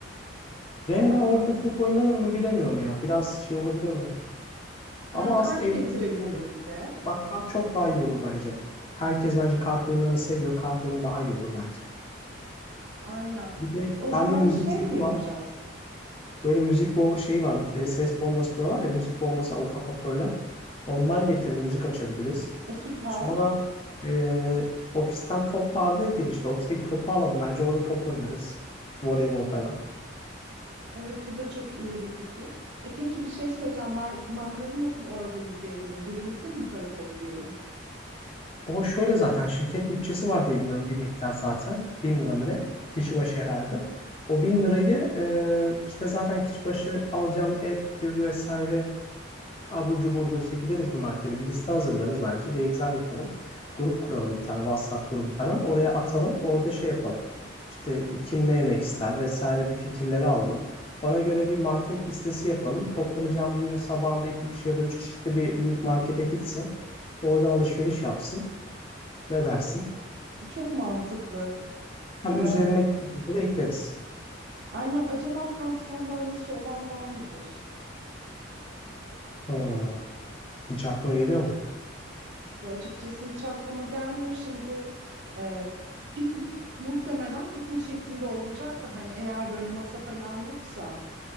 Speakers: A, on the left; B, on the right.
A: Jenga
B: E,
A: orada çok oynanır mı bilemiyorum ya. Biraz şey olabilir mi?
B: ben
A: Ama
B: kart
A: aslında eğlenceli
B: getirebilirim
A: de olur.
B: bir de.
A: Bak kart çok daha iyi olur bence. Herkes bence kart oyunlarını seviyor. Kart oyunu daha iyi olur bence.
B: Aynen.
A: Bir de
B: E, o zaman
A: bende müzik
B: şey
A: seti
B: mi yapacağız?
A: var. Böyle müzik bomba şey var. e, ses bombası diyorlar ya. Müzik bombası var, ufak hoparlörler. Ondan getir müzik açabiliriz.
B: E, süper.
A: Sonra e, ofisten top vardı ya girişte. Ofisteki topu alalım. Bence orada top oynarız. Voleybol falan.
B: Evet bu da çok iyi bir fikir. E peki bir şey söyleyeceğim. Mar- mangalı nasıl organize edelim? Birimizde mi para toplayalım?
A: O şöyle zaten şirket bütçesi var diye biliyorum bir miktar zaten. Bin lira mı ne? Kişi başı herhalde. O bin lirayı e, işte zaten kişi başı alacağımız ettir vesaire abur cuburdur işte gideriz bir markete bir liste hazırlarız bence. Bir Excel yapalım. Grup kuralım bir tane WhatsApp grubu falan. Oraya atalım. Orada şey yapalım. İşte kim ne yemek ister vesaire bir fikirleri alalım. Ona göre bir market listesi yapalım. Toplanacağımız günün sabahında iki kişi ya da üç kişi işte bir büyük markete gitsin. Oradan alışveriş yapsın. Ne dersin?
B: Çok mantıklı.
A: Hani
B: Ee,
A: üzerine gelirse de ekleriz.
B: aynen. Acaba kamp sandalyesi olan var mıdır?
A: Hmm. Hiç aklına geliyor mu?
B: Ya açıkçası hiç aklıma gelmiyor. Şimdi e, piknik muhtemelen piknik şeklinde olacak da hani eğer böyle masa falan yoksa